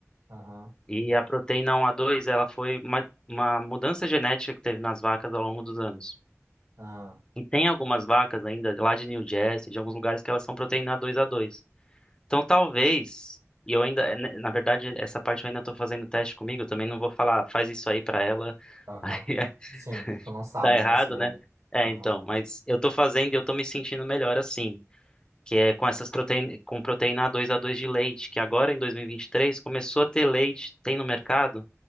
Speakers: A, on the right; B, on the left.
A: aham,
B: E a proteína 1A2, ela foi uma, uma mudança genética que teve nas vacas ao longo dos anos.
A: aham,
B: E tem algumas vacas ainda, de lá de New Jersey, de alguns lugares que elas são proteína 2A2. Então talvez, e eu ainda, né, na verdade, essa parte eu ainda estou fazendo teste comigo, eu também não vou falar, "Ah, faz isso aí para ela, <laughs>
A: aham.
B: aí é-
A: Sim, que tu não sabe,
B: tá errado,
A: né? Se...
B: né? É,
A: Aham.
B: então, mas eu tô fazendo e eu tô me sentindo melhor assim, que é com essas proteína, com proteína 2A2 de leite, que agora em 2023 começou a ter leite, tem no mercado,